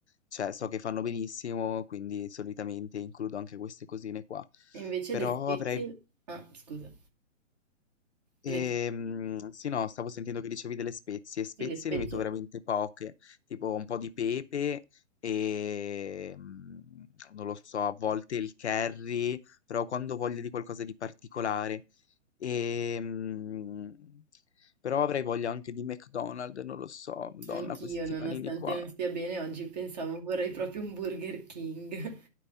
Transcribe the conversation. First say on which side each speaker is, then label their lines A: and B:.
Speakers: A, on the left; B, on the right.
A: Cioè, so che fanno benissimo, quindi solitamente includo anche queste cosine qua.
B: E Invece
A: Però
B: le spezie...
A: avrei
B: Ah, scusa. Le,
A: Ehm, sì, no, stavo sentendo che dicevi delle spezie. Spezie
B: sì, le spezie...
A: ne metto veramente poche, tipo un po' di pepe e mm, non lo so, a volte il curry, però quando ho voglia di qualcosa di particolare. Ehm, però avrei voglia anche di McDonald's, non lo so, Madonna,
B: Anch'io,
A: questi
B: nonostante
A: panini qua.
B: non stia bene, oggi pensavo vorrei proprio un Burger King. <laughs>